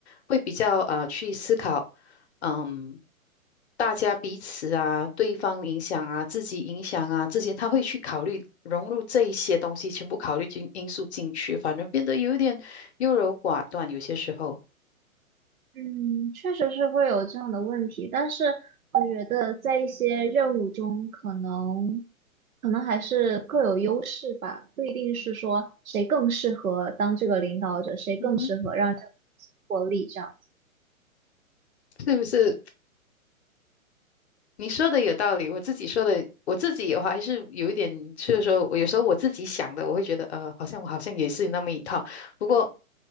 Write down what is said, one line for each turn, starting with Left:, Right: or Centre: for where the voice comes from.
Left: 会比较呃去思考。嗯，大家彼此啊，对方影响啊，自己影响啊，这些他会去考虑融入这一些东西，全部考虑进因素进去，反而变得有一点优柔寡断，有些时候，
Right: 嗯，确实是会有这样的问题，但是我觉得在一些任务中，可能可能还是各有优势吧，不一定是说谁更适合当这个领导者，谁更适合让这个
Left: 嗯哼，
Right: 获利这样。
Left: 是不是？你说的有道理，我自己说的，我自己的话还是有一点，就是说我有时候我自己想的，我会觉得呃，好像我好像也是那么一套，不过。